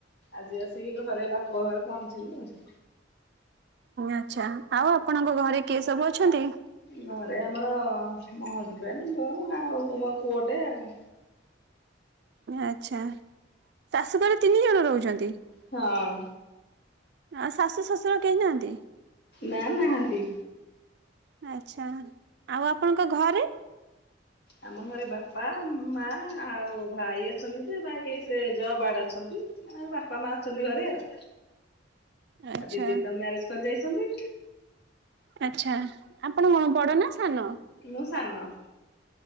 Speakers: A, on the left; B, on the right.
A: ଆଜି ଆ ସିକି ଘରେ ବାପଘରେ ପହଞ୍ଚିଲୁ ଆଃ।
B: ଆଚ୍ଛା ଆଉ ଆପଣଙ୍କ ଘରେ କିଏ ସବୁ ଅଛନ୍ତି?
A: ଘରେ ଆମର ମୋ ହଜବେଣ୍ଡ ମୁଁ ଆଉ ମୋର ପୁଅଟେ ଆଉ।
B: ଆଚ୍ଛା ଶାଶୁଘରେ ତିନିଜଣ ରହୁଛନ୍ତି?
A: ହଁ।
B: ଆ ଶାଶୁ ଶ୍ୱଶୁର କେହି ନାହାନ୍ତି?
A: ନା ନାହାନ୍ତି।
B: ଆଚ୍ଛା ଆଉ ଆପଣଙ୍କ ଘରେ?
A: ଆମ ଘରେ ବାପା ମା ଆଉ ଭାଇ ଅଛନ୍ତି ଯେ ଭାଇ ସେ ଜବ ଆଡେ ଅଛନ୍ତି। ଆଉ ବାପା ମା ଅଛନ୍ତି ଘରେ ଆଉ।
B: ଆଚ୍ଛା
A: ଆ ଦିଦି ତ ମ୍ୟାରେଜ କରି ଯାଇଛନ୍ତି।
B: ଆଚ୍ଛା ଆପଣ କଣ ବଡ ନା ସାନ?
A: ମୁଁ ସାନ।